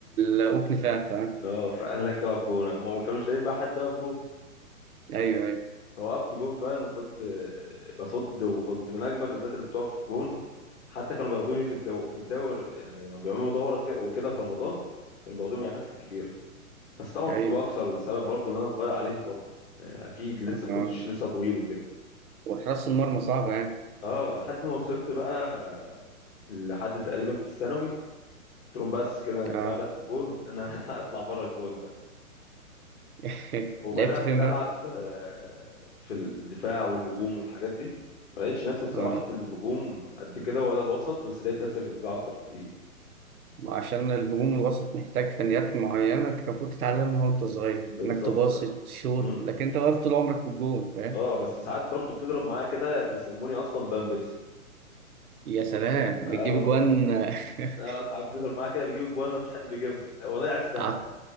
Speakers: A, on the right; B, on the left.
A: لا أوبني فات آه
B: اه فقال لك اقف جون هم ما كانوش لاقيين بقى حد يقف جون
A: أيوه أيوه
B: فوقفت جون فعلا وكنت آه، بصد وكنت من اجمد الناس اللي بتقف جون حتى كانوا بياخدوني في الدو في الدور يعني لما بيعملوا دوره ك- وكده في رمضان كانوا بياخدوني مع الناس الكبيره بس طبعا كنت
A: أيوه
B: بخسر السبب برضو ان انا صغير عليهم برضو آه، اكيد لسه
A: آه.
B: ما كنتش لسه طويل وكده
A: وحراسة المرمى صعبة يعني
B: اه لحد ما وصلت بقى لحد تقريبا في الثانوي قلت لهم بس كده انا كفايه
A: اه
B: عليا في الجون انا <laughs> هطلع بره الجون ده
A: <laughs>
B: وبدات
A: لعبت فين
B: العب
A: بقى؟
B: آه، في الدفاع والهجوم والحاجات دي ما لقيتش نفسي بصراحه
A: اه
B: في الهجوم قد كده ولا الوسط بس لقيت نفسي في الدفاع اكتر كتير
A: عشان الهجوم الوسط محتاج فنيات معينة انت كان المفروض تتعلمها وانت صغير
B: بالظبط
A: انك تباصي تشوط
B: امم
A: لكن انت واقف طول عمرك في الجول فاهم؟
B: اه بس ساعات برضو بتضرب معايا كده بيسموني اصلا فان بيرسي
A: يا سلام
B: اه
A: بتجيب
B: والله
A: اجوان <laughs>
B: اه ساعات بتضرب معايا كده بجيب الجوان ما فيش حد بيجيبها هو ضيع السهل
A: عط...